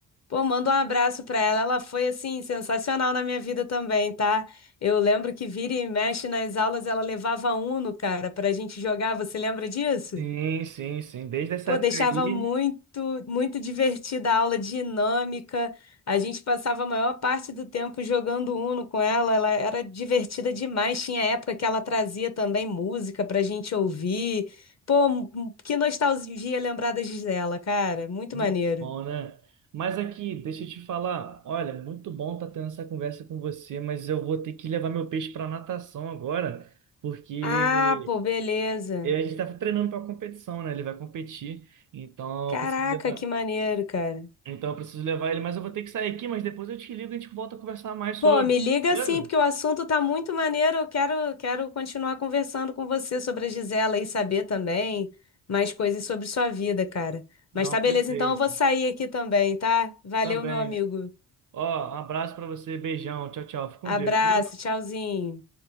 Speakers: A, on the left; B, on the right.
A: Pô, manda um abraço pra ela. Ela foi, assim, sensacional na minha vida também, tá? Eu lembro que vira e mexe nas aulas, ela levava Uno, cara, pra gente jogar. Você lembra disso?
B: Sim, sim, sim. Desde essa
A: Pô,
B: época
A: deixava
B: aí.
A: muito, muito divertida a aula dinâmica. A gente passava a maior parte do tempo jogando Uno com ela. Ela era divertida demais. Tinha época que ela trazia também música pra gente ouvir. Pô, m- que nostalgia lembrar das dela, cara. Muito
B: Muito
A: maneiro.
B: bom, né? Mas aqui, deixa eu te falar. Olha, muito bom estar tendo essa conversa com você, mas eu vou ter que levar meu peixe para natação agora, porque
A: Ah, pô, beleza.
B: eh, a gente estava treinando para a competição, né? Ele vai competir, então
A: Caraca,
B: eu preciso levar,
A: que maneiro, cara.
B: então eu preciso levar ele, mas eu vou ter que sair aqui, mas depois eu te ligo e a gente volta a conversar mais sobre,
A: Pô, me liga
B: beleza?
A: sim, porque o assunto tá muito maneiro. Eu quero, quero continuar conversando com você sobre a Gisela e saber também mais coisas sobre sua vida, cara. Mas
B: Não,
A: tá beleza,
B: perfeito.
A: então eu vou sair aqui também, tá? Valeu,
B: Também.
A: meu amigo.
B: Ó, um abraço para você, beijão, tchau, tchau. Fica com
A: Abraço,
B: Deus, viu?
A: tchauzinho.